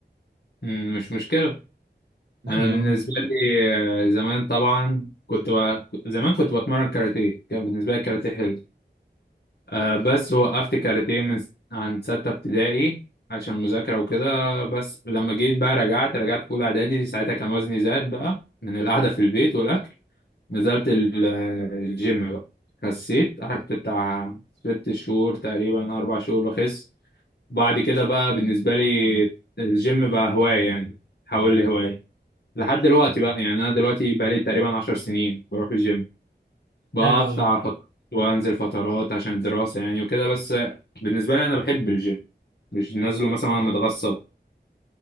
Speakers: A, on the left; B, on the right.
A: مم. مش مشكله انا
B: عادي
A: بالنسبه
B: أه
A: لي آه، زمان طبعا كنت ب... زمان كنت بتمرن كاراتيه كان بالنسبه لي الكاراتيه حلو آه بس وقفت كاراتيه من س- عند ستة ابتدائي عشان مذاكرة وكده بس لما جيت بقى رجعت رجعت في أولى إعدادي ساعتها كان وزني زاد بقى من القعدة في البيت والأكل نزلت ال- الجيم بقى خسيت قعدت بتاع ست شهور تقريبا أربع شهور بخس بعد كده بقى بالنسبة لي الجيم بقى هواية يعني حول لي هواية لحد دلوقتي بقى يعني أنا دلوقتي بقى لي تقريبا عشر سنين بروح الجيم بقطع
B: حلو أوي
A: فترات وانزل فترات عشان الدراسة يعني وكده بس بالنسبة لي انا بحب الجيم مش نازله مثلا وانا متغصب